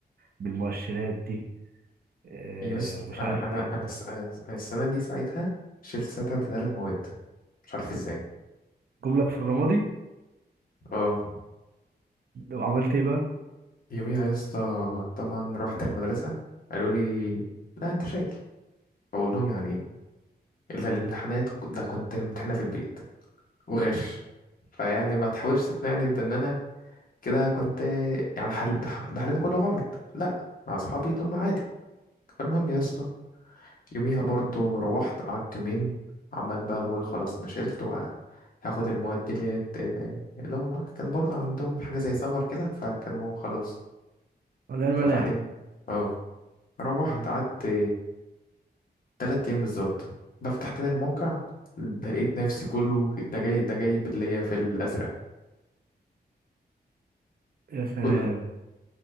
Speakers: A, on the right; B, on the left.
A: بالمؤشرات دي آه،
B: يس
A: ومش
B: انا
A: عارف
B: انا
A: ايه
B: انا الس- أنا السنة دي ساعتها شلت ساعتها ثلاث مواد مش عارف ازاي
A: جملك في الرمادي
B: اه
A: وعملت ايه بقى؟
B: يوميها يا اسطى طبعا رحت المدرسة قالوا لي لا انت شايل بقول لهم يعني ايه الا الامتحانات ده كنت امتحانها في البيت وغش فيعني ما تحاولش تقنعني ده ان انا كده كنت يعني حل... ده ح- ده حلينا كله غلط لا مع اصحابي اللي هم عادي فالمهم يا اسطى يوميها برضو روحت قعدت يومين عمال بقى بقول خلاص انا شلت وهاخد المواد دي اللي اللي اللي هم كان برضو عندهم حاجة زي سمر كده فكانوا خلاص
A: ولا الملاحق
B: فبعدين اه روحت
A: مم.
B: قعدت تلات أيام بالظبط بفتح تاني الموقع ده لقيت نفسي كله ده جاي ده جايب اللي هي في الأزرق
A: يا سلام
B: كله